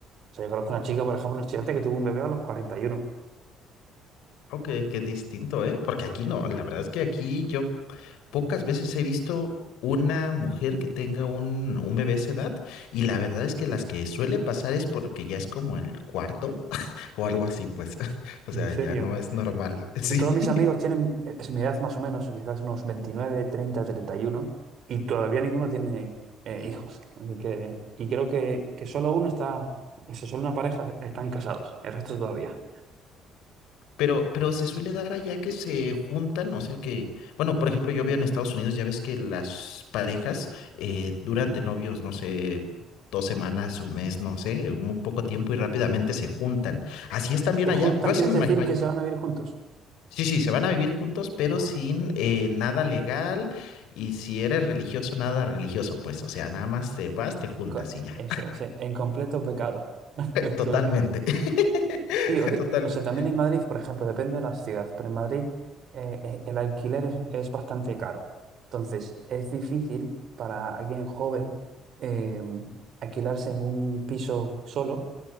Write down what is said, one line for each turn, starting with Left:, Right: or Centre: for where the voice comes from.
Right: O sea, yo conozco una chica, por ejemplo, un estudiante que tuvo un bebé a los cuarenta y uno.
Left: Oh, qué, qué distinto, ¿eh? Porque aquí no, la verdad es que aquí yo pocas veces he visto una mujer que tenga un, un bebé a esa edad y la verdad es que las que suele pasar es porque ya es como el cuarto <laughs> o algo así, pues. <laughs> O
Right: ¿En
Left: sea,
Right: serio?
Left: ya no es normal. <laughs> Sí.
Right: Pues todos mis amigos tienen, e, es mi edad más o menos, quizás unos veintinueve, treinta, treinta y uno, y todavía ninguno tiene eh, hijos. Así que, y creo que, que solo uno está, o sea, solo una pareja están casados, el resto todavía.
Left: Pero, pero se suele dar allá que se juntan, o sea que, bueno, por ejemplo, yo veo en Estados Unidos, ya ves que las parejas eh, duran de novios, no sé, dos semanas, un mes, no sé, muy poco tiempo y rápidamente se juntan. ¿Así es también
Right: ¿Se
Left: allá?
Right: juntan?
Left: Yo así
Right: ¿Quieres
Left: me
Right: decir
Left: imagino allá.
Right: que se van a vivir juntos?
Left: Sí, sí, se van a vivir juntos, pero
Right: Madre.
Left: sin eh, nada legal y si eres religioso, nada religioso, pues, o sea, nada más te vas, te juntas
Right: Co-
Left: y ya.
Right: Eso es, eh, en completo pecado. <laughs>
Left: <laughs> Totalmente.
Right: Todo-
Left: <laughs>
Right: Sí, o de-
Left: Totalmente.
Right: o sea, también en Madrid, por ejemplo, depende de la ciudad, pero en Madrid eh, eh, el alquiler es, es bastante caro. Entonces, es difícil para alguien joven eh, alquilarse en un piso solo